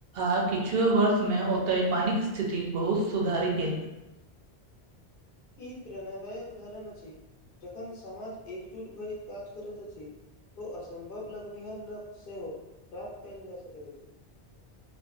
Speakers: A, on the right (about 65°); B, on the left (about 60°).
A: आ किछुए वर्ष में ओते पानी के स्थिति बहुत सुधारी गेल
B: ई प्रेणादायक उदाहरण अछि जखन समाज एकजुट भए काज करैत अछि तो असम्भव लग्निहार लक्ष सेहो प्राप्त कयल जा सकैत अछि